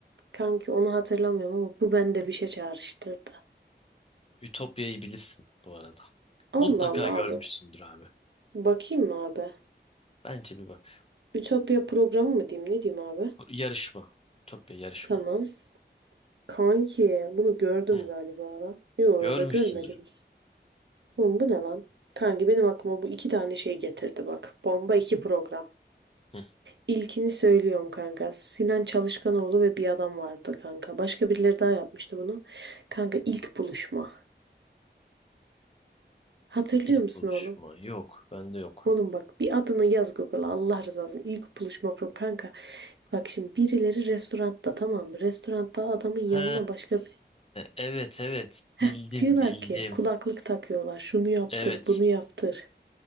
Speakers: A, on the right (about 75°); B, on the left (about 35°).
A: Kanki onu hatırlamıyorum ama bu bende bir şey çağrıştırdı.
B: Ütopya'yı bilirsin bu arada.
A: Allah
B: Mutlaka
A: Allah
B: görmüşsündür
A: abi.
B: abi.
A: Bakayım mı abi?
B: Bence bir bak.
A: Ütopya programı mı diyeyim ne diyeyim abi?
B: Yarışma. Ütopya yarışma.
A: Tamam. Kanki bunu gördüm
B: Hı.
A: galiba lan. Yo
B: Görmüşsündür.
A: ya da görmedim. Oğlum bu ne lan? Kanki benim aklıma bu iki tane şey getirdi bak. Bomba iki program.
B: Hı.
A: İlkini söylüyorum kanka. Sinan Çalışkanoğlu ve bir adam vardı kanka. Başka birileri daha yapmıştı bunu. Kanka ilk buluşma. Hatırlıyor
B: İlk
A: musun
B: buluşma.
A: oğlum?
B: Yok. Bende yok.
A: Oğlum bak bir adını yaz Google'a Allah razı olsun. İlk buluşma programı kanka. Bak şimdi birileri restoranda tamam mı? Restoranda adamın yanına
B: He,
A: başka
B: evet evet.
A: Heh,
B: Bildim
A: diyorlar
B: bildim.
A: ki kulaklık takıyorlar. Şunu yaptır,
B: Evet.
A: bunu yaptır.